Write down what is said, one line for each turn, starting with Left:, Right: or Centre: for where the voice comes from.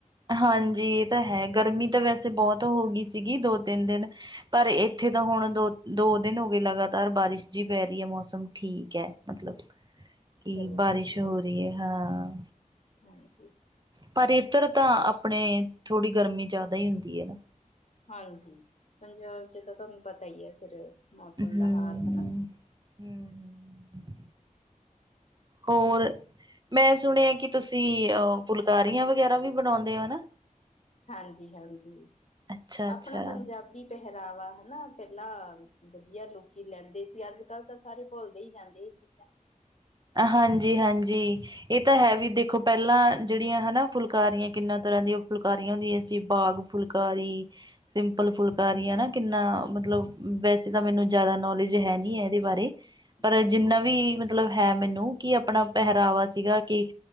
Right: ਹਾਂਜੀ, ਇਹ ਤਾਂ ਹੈ ਗਰਮੀ ਤਾਂ ਵੈਸੇ ਬਹੁਤ ਹੋ ਗਈ ਸੀਗੀ ਦੋ- ਤਿੰਨ ਦਿਨ। ਪਰ ਇੱਥੇ ਤਾਂ ਹੁਣ ਦੋ- ਦੋ ਦਿਨ ਹੋ ਗਏ ਲਗਾਤਾਰ ਬਾਰਿਸ਼ ਜਿਹੀ ਪੈ ਰਹੀ ਹੈ ਮੌਸਮ ਠੀਕ ਹੈ। ਮਤਲਬ
Left: <inaudible>
Right: ਕਿ, ਬਾਰਿਸ਼
Left: ਵਧੀਆ
Right: ਹੋ
Left: ਫਿਰ।
Right: ਰਹੀ ਹੈ? ਹਾਂ।
Left: ਹਾਂਜੀ।
Right: ਪਰ ਇਧਰ ਤਾਂ ਆਪਣੇ ਥੋੜ੍ਹੀ ਗਰਮੀ ਜ਼ਿਆਦਾ ਹੀ ਹੁੰਦੀ ਹੈ ਨਾ।
Left: ਹਾਂਜੀ। ਪੰਜਾਬ ਚ ਤਾਂ ਤੁਹਾਨੂੰ ਪਤਾ ਹੀ ਹੈ। ਫਿਰ ਮੌਸਮ
Right: ਹਮ
Left: ਦਾ ਹਾਲ ਹਨਾ
Right: ਹਮ ਹ ਹੋਰ, ਮੈਂ ਸੁਣਿਆ ਕਿ ਤੁਸੀਂ ਅਹ ਫੁਲਕਾਰੀਆਂ ਵਗੈਰਾ ਵੀ ਬਣਾਉਂਦੇ ਹੋ।
Left: ਹਾਂਜੀ- ਹਾਂਜੀ,
Right: ਅੱਛਾ-ਅੱਛਾ
Left: ਆਪਣਾ ਪੰਜਾਬੀ ਪਹਿਰਾਵਾ ਹਨਾ। ਪਹਿਲਾਂ ਵਧੀਆ ਲੋਕੀ ਲੈਂਦੇ ਸੀ ਅੱਜ ਕੱਲ੍ਹ ਤਾਂ ਸਾਰੇ ਭੁਲਦੇ ਹੀ ਜਾਂਦੇ ਇਹ ਚੀਜ਼ਾਂ।
Right: ਹਾਂਜੀ -ਹਾਂਜੀ। ਇਹ ਤਾਂ ਹੈ ਵੀ ਦੇਖੋ ਪਹਿਲਾਂ ਏਤਾ ਏ ਏਤਾ ਹੈ ਵੀ ਪਹਿਲਾਂ ਦੇਖੋ ਜਿਹੜੀਆਂ ਹਨਾ, ਫੁਲਕਾਰੀਆਂ ਕਿੰਨਾ ਤਰ੍ਹਾਂ ਦੀਆਂ ਫੁਲਕਾਰੀਆਂ ਹੁੰਦੀਆਂ ਸੀ। ਬਾਗ ਫੁਲਕਾਰੀ ਸਿੰਪਲ ਫੁਲਕਾਰੀਆਂ ਨਾ, ਕਿੰਨਾ ਮਤਲਬ ਵੈਸੇ ਤਾਂ ਮੈਨੂੰ ਜ਼ਿਆਦਾ ਨੌਲੇਜ ਹੈ ਨਹੀਂ ਹੈ ਇਹਦੇ ਬਾਰੇ ਪਰ
Left: ਹਾਂਜੀ
Right: ਜਿੰਨਾ ਵੀ ਮਤਲਬ ਹੈ। ਮੈਨੂੰ ਕਿ ਆਪਣਾ ਪਹਿਰਾਵਾ ਸੀਗਾ ਕਿ